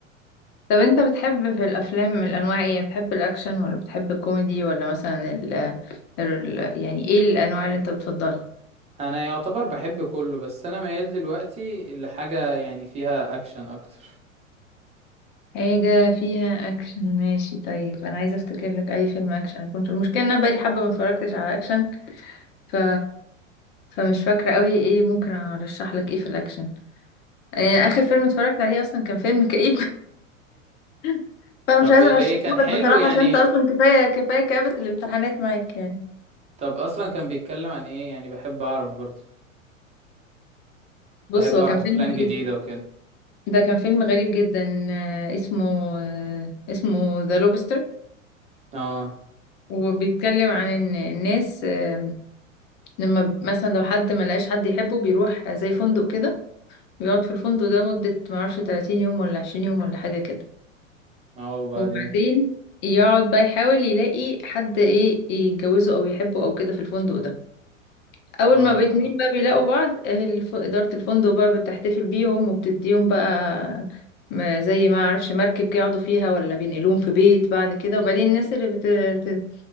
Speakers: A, on the left; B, on the right.
A: طب انت بتحب في الافلام من الانواع ايه يعني بتحب الاكشن ولا بتحب الكوميدي ولا مثلا ال... ال... يعني ايه الانواع اللي انت بتفضلها
B: انا يعتبر بحب كله بس انا ميال دلوقتي لحاجة يعني فيها اكشن اكتر
A: حاجة فيها أكشن ماشي طيب أنا عايزة أفتكر لك أي فيلم أكشن أكون المشكلة إن أنا بقالي حبة ما اتفرجتش على أكشن ف... فمش فاكرة قوي إيه ممكن أرشح لك إيه في الأكشن يعني اخر فيلم اتفرجت عليه اصلا كان فيلم كئيب <laughs> فانا
B: طب
A: مش عايزه
B: ليه
A: ارشحهولك
B: كان حلو
A: بصراحه
B: يعني
A: عشان انت اصلا كفايه كفايه كآبة الامتحانات معاك يعني
B: طب اصلا كان بيتكلم عن ايه يعني بحب اعرف برضه
A: بص
B: بحب
A: هو
B: اعرف
A: كان فيلم
B: افلام
A: غريب
B: جديدة وكده
A: ده كان فيلم غريب جدا آه، اسمه آه، اسمه ذا لوبستر
B: اه
A: وبيتكلم عن ان الناس آه، لما مثلا لو حد ما لقاش حد يحبه بيروح زي فندق كده بيقعد في الفندق ده مدة ما اعرفش 30 يوم ولا 20 يوم ولا حاجة كده
B: اه وبعدين
A: وبعدين يقعد بقى يحاول يلاقي حد ايه يتجوزه او يحبه او كده في الفندق ده اول
B: اه
A: ما باتنين بقى بيلاقوا بعض أهل الف- اداره الفندق بقى بتحتفل بيهم وبتديهم بقى ما- زي ما اعرفش مركب كده يقعدوا فيها ولا بينقلوهم في بيت بعد كده وبعدين الناس اللي بت... بت-